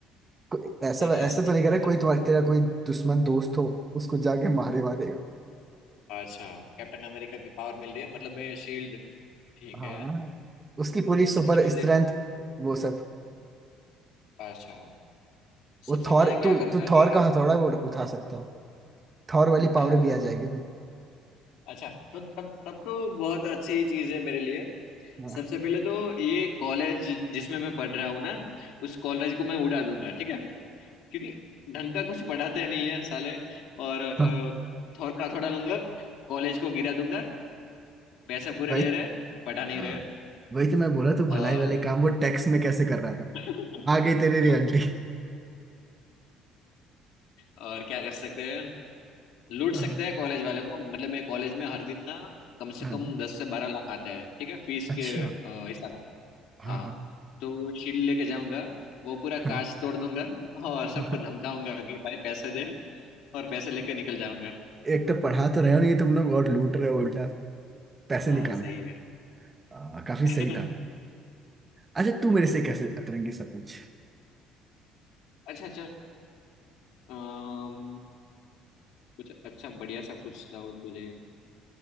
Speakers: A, on the right; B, on the left.
A: कोई- ऐसा
B: नहीं ऐसा
A: ऐसा तो
B: नहीं
A: नहीं
B: करूंगा
A: करे कोई तुम्हारा तेरा कोई दुश्मन दोस्त हो उसको जाके मारे मारेगा
B: अच्छा कैप्टन अमेरिका की पावर मिल रही है मतलब मैं शील्ड ठीक
A: हाँ
B: है तो
A: उसकी पूरी सुपर
B: सबसे पहले
A: स्ट्रेंथ वो सब
B: अच्छा
A: वो
B: सबसे
A: थॉर
B: पहले क्या
A: तू
B: करूंगा
A: तू थॉर
B: कि
A: का हथौड़ा भी उठ- उठा सकता हो थॉर वाली पावर
B: <laughs>
A: भी आ जाएगी फिर
B: अच्छा तो तब तब तो बहुत अच्छी चीज है मेरे लिए
A: हाँ
B: सबसे पहले तो ये कॉलेज जिसमें मैं पढ़ रहा हूँ ना उस कॉलेज को मैं उड़ा दूंगा ठीक है क्योंकि ढंग का कुछ पढ़ाते नहीं है साले और अ,
A: हाँ।
B: थोड़ा थोड़ा लूंगा कॉलेज को गिरा दूंगा पैसे पूरे
A: भाई
B: ले
A: त-
B: रहे पढ़ा नहीं
A: हाँ
B: रहे
A: वही तो मैं बोला तू भलाई
B: और
A: वाले काम वो टैक्स में कैसे कर रहा था
B: <laughs>
A: आ गई तेरी रियलिटी
B: और क्या कर सकते हैं लूट
A: हाँ
B: सकते हैं कॉलेज वाले को मतलब मैं कॉलेज में हर दिन ना कम से
A: हाँ।
B: कम दस से बारह लाख आते हैं ठीक है फीस
A: अच्छा
B: के अ, हिसाब से
A: हाँ
B: हाँ हाँ।
A: हाँ
B: तो शील्ड लेके जाऊंगा वो पूरा
A: हाँ
B: कांच तोड़ दूंगा और सबको
A: हाँ
B: धमकाऊंगा कि भाई पैसे दे और पैसे लेके निकल जाऊंगा
A: एक तो पढ़ा तो रहे हो नहीं तुम लोग और लूट रहे हो उल्टा पैसे
B: हाँ
A: निकालो
B: सही है
A: आ, काफी
B: <laughs>
A: सही था अच्छा तू मेरे से कैसे अतरंगी सा पूछ
B: अच्छा चल अम, कुछ अच्छा बढ़िया सा पूछता हूँ तुझे